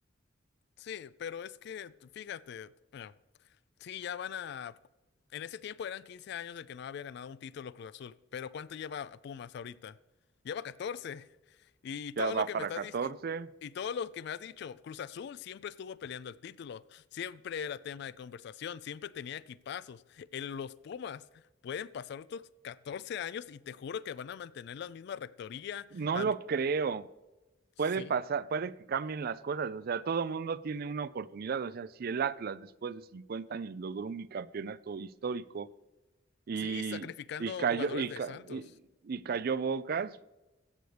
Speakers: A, on the left; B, on the right.
A: Sí, pero es que, fíjate. Sí, ya van a... En ese tiempo eran 15 años de que no había ganado un título Cruz Azul, pero ¿cuánto lleva a Pumas ahorita? Lleva catorce <laughs> Y todo
B: ya va
A: lo que
B: para
A: me estás
B: catorce
A: dic- y, y todo lo que me has dicho, Cruz Azul siempre estuvo peleando el título, siempre era tema de conversación, siempre tenía equipazos. En los Pumas pueden pasar otros 14 años y te juro que van a mantener la misma rectoría,
B: No
A: la
B: lo
A: mi-
B: creo.
A: Sí,
B: Puede pasar, puede que cambien las cosas, o sea, todo mundo tiene una oportunidad, o sea, si el Atlas después de 50 años logró un bicampeonato histórico, y,
A: sí, sacrificando
B: y cayó,
A: jugadores
B: y,
A: de
B: ca-
A: Santos.
B: y- y cayó Bocas.